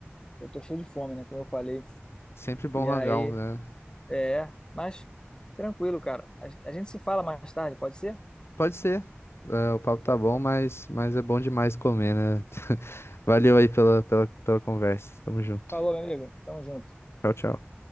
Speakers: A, on the left; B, on the left.
A: Eu tô cheio de fome, né? Como eu falei.
B: Sempre bom
A: E aí,
B: hangar, né?
A: é. Mas tranquilo, cara. A, a gente se fala mais tarde, pode ser?
B: Pode ser. É, o papo tá
A: Bom,
B: bom,
A: então,
B: mas, mas é bom demais comer, né? <laughs> Valeu aí pela, pela, pela conversa. Tamo junto.
A: falou, meu amigo. Tamo junto.
B: Tchau, tchau.